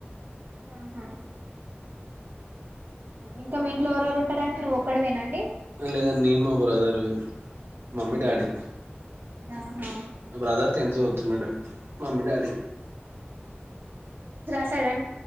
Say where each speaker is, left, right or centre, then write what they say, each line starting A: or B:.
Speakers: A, on the right; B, on the right.
A: ఆహా ఇంకా మీ ఇంట్లో ఎవరెవరు ఉంటారని నువ్వు ఒక్కడు వినండి
B: లేదా నేను మా బ్రదరు మమ్మీ డాడీ
A: ఆహా ఆహా
B: బ్రదర్ తెని చదువుతున్నాడు మమ్మీ డాడీ
A: సవన్